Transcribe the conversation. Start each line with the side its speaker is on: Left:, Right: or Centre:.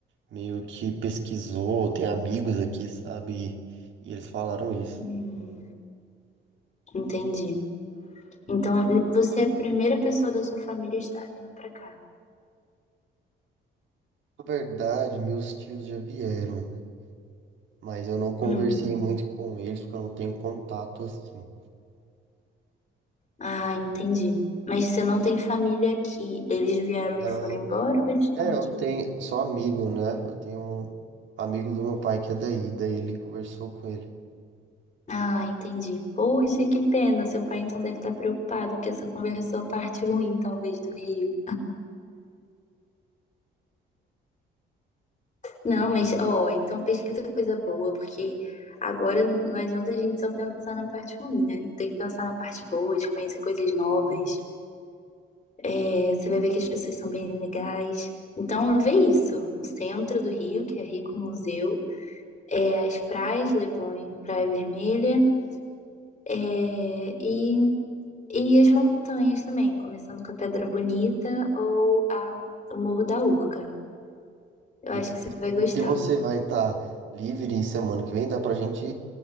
Right: meio que pesquisou, tem amigos aqui, sabe? E eles falaram isso.
Left: Hum, entendi. Então, você é a primeira pessoa da sua família a estar vindo pra cá.
Right: Na verdade, meus tios já vieram, né? Mas eu não conversei
Left: Hum,
Right: muito com eles, porque eu não tenho contato assim.
Left: Ah, entendi. Mas você não tem família aqui. Eles vieram
Right: Não.
Left: e foram embora ou eles estão
Right: É,
Left: aqui?
Right: eu tenho. Sou amigo, né? Eu tenho um amigo do meu pai que é daí, daí ele conversou com ele.
Left: Ah, entendi. Poxa, que pena. Seu pai então deve estar preocupado, porque só conversou a parte ruim, talvez, do Rio. Não, mas, ó, então pesquisa coisa boa, porque agora não adianta a gente só pensar na parte ruim, né? Tem que pensar na parte boa, de conhecer coisas novas.
Right: Hum.
Left: É, você vai ver que as pessoas são bem legais. Então, vê isso. O centro do Rio, que é rico em museu, é, as praias, Leblon e Praia Vermelha. É, e, e as montanhas também, começando com a Pedra Bonita ou a, o Morro da Urca. Eu
Right: Ele-
Left: acho que você
Right: E
Left: vai
Right: vo-
Left: gostar.
Right: e você vai estar livre semana que vem? Dá pra gente